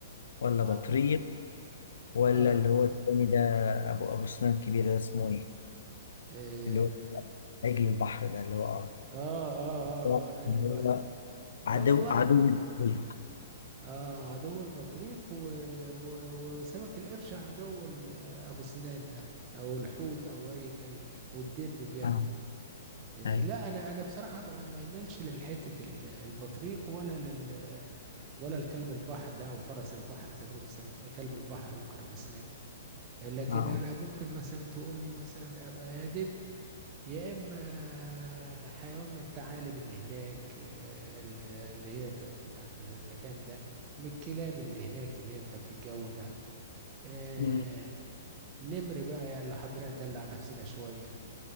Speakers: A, on the left; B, on the right.
A: ولا
B: اه
A: بطريق ولا
B: اه
A: اللي هو التاني ده ابو ابو سنان كبير ده اسمه ايه
B: اه
A: اللي هو عجل البحر ده اللي هو
B: اه اه, آه,
A: اه
B: آه آه، البحر
A: اللي هو عدو
B: لا والله
A: عدو البحر
B: اه عدو البطريق و... و... وسمك القرش عدو ال- ابو سنان ده او الحوت او اي كانت والدب بياكله
A: اه
B: لا
A: ايوه
B: انا انا بصراحه ما ما يملش للحته ال- البطريق ولا لل ولا الكلب البحر ده او فرس البحر اذا كانوا بيسموه كلب البحر ممكن ابو سنان لكن
A: اه آه.
B: انا ممكن مثلا تقول لي مثلا ابقى يا دب يا اما حيوان من الثعالب اللي هناك آه، اللي اللي هي ب- بتاعت المكان ده من الكلاب اللي هناك اللي هي بتاعت الجو ده آه،
A: امم
B: نمر بقى يعني لو حبينا ندلع نفسنا شوية